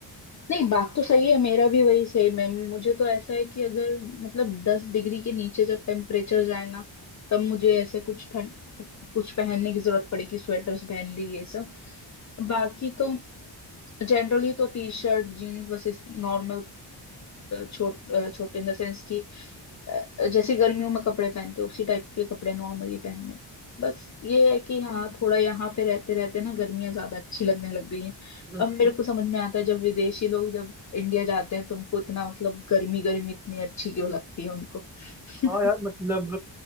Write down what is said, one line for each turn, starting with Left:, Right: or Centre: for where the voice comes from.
Left: नहीं बात तो सही है मेरा भी वही सेम है मुझे तो ऐसा है कि अगर मतलब दस डिग्री के नीचे जब टेम्परेचर जाए ना तब मुझे ऐसे कुछ ठंड कुछ पहनने की जरूरत पड़ेगी स्वेटर्स पहन ली ये सब बाकी तो जनरली तो टी शर्ट जीन्स बस नॉर्मल छोट अ, छोटे इन द सेंस की अ, जैसे गर्मियों में कपड़े पहनते हैं, उसी टाइप के कपड़े नॉर्मली पहनने हैं। बस ये है कि हाँ थोड़ा यहाँ पे रहते रहते ना गर्मियाँ ज्यादा अच्छी लगने लग गई हैं
Centre: हम्म,
Left: अब मेरे को समझ में आता है जब विदेशी लोग जब इंडिया जाते हैं तो उनको इतना मतलब गर्मी गर्मी इतनी अच्छी क्यों लगती है उनको <laughs>
Centre: हाँ यार मतलब